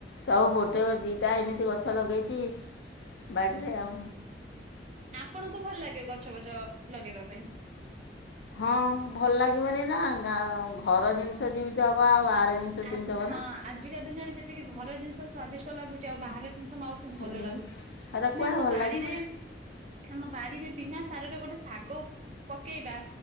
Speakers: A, on the left (about 75°); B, on the right (about 40°).
A: ସବୁ ଗୋଟେ ଦିଟା ଏମିତି ଗଛ ଲଗେଇଛି ବାଡିରେ ଆଉ।
B: ଆପଣଙ୍କୁ ଭଲ ଲାଗେ ଗଛ ବଛ ଲଗେଇବା ପାଇଁ?
A: ହଁ ଭଲ ଲାଗିବନି ନା ଗାଁ ଘର ଜିନିଷ ଯେମିତି ହବ ଆଉ ବାହାର ଜିନିଷ
B: ହଁ
A: ସେମିତି ହେବ ନା।
B: ଆଜିକା ଦୁନିଆରେ ଯେତିକି ଘର ଜିନିଷ ସ୍ଵାଦିଷ୍ଟ ଲାଗୁଛି ଆଉ ବାହାର ଜିନିଷ ମାଉସ୍ ଭଲ
A: ଏ
B: ଲାଗୁନି
A: ହେରା
B: ଆମେ
A: କୁଆଡ଼େ
B: ଆମ
A: ଭଲ
B: ବାଡିରେ
A: ଲାଗିବ
B: ଆମ ବାଡିରେ ବିନା ସାରରେ ଗୋଟେ ଶାଗ ପକେଇବା